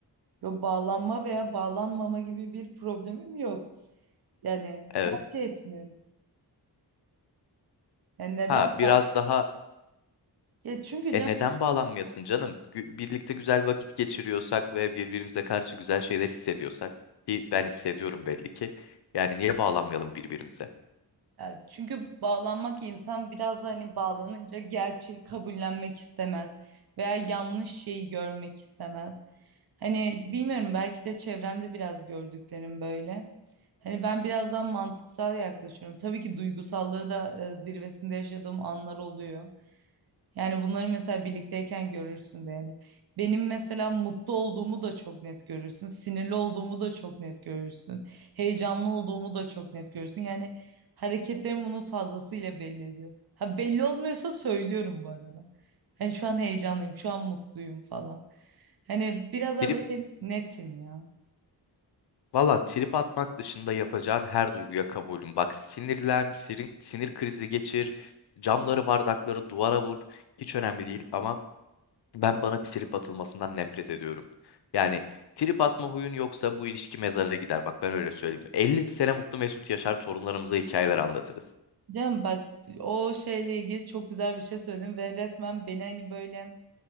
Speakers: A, on the right; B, on the left.
A: Yo, bağlanma veya bağlanmama gibi bir problemim yok. Yani
B: Evet.
A: tercih etmiyorum. Yani neden
B: Ha biraz
A: bağlan?
B: daha
A: Ya çünkü
B: E
A: canım
B: neden bağlanmayasın canım? Gü- birlikte güzel vakit geçiriyorsak ve birbirimize karşı güzel şeyler hissediyorsak ki ben hissediyorum belli ki. Yani niye bağlanmayalım birbirimize?
A: Ya çünkü bağlanmak insan biraz da hani bağlanınca gerçeği kabullenmek istemez veya yanlış şeyi görmek istemez. Hani bilmiyorum belki de çevremde biraz gördüklerim böyle. Hani ben birazdan mantıksal yaklaşıyorum. Tabii ki duygusallığı da e, zirvesinde yaşadığım anlar oluyor. Yani bunları mesela birlikteyken görürsün de yani. Benim mesela mutlu olduğumu da çok net görürsün. Sinirli olduğumu da çok net görürsün. Heyecanlı olduğumu da çok net görürsün. Yani Hareketlerim bunun fazlasıyla belli ediyor. Ha belli olmuyorsa söylüyorum bu arada. Hani şu an heyecanlıyım, şu an mutluyum falan. Hani biraz daha
B: Trip
A: böyle netim ya.
B: Valla trip atmak dışında yapacağın her duyguya kabulüm. Bak sinirlen, sinir, sinir krizi geçir, camları, bardakları duvara vur. Hiç önemli değil ama ben bana trip atılmasından nefret ediyorum. Yani trip atma huyun yoksa bu ilişki mezara gider. Bak ben öyle söyleyeyim. 50 sene mutlu mesut yaşar torunlarımıza hikayeler anlatırız.
A: Canım bak o şeyle ilgili çok güzel bir şey söyledin ve resmen beni hani böyle